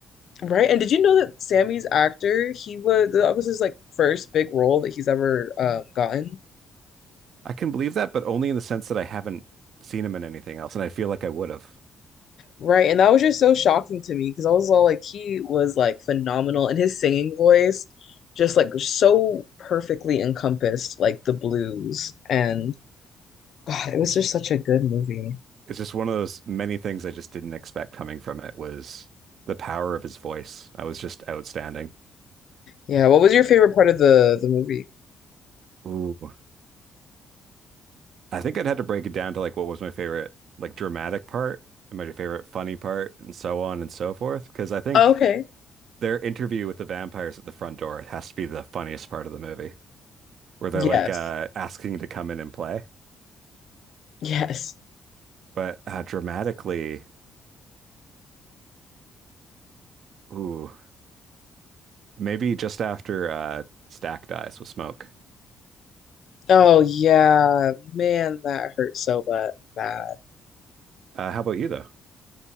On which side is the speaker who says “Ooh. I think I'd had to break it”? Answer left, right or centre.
Right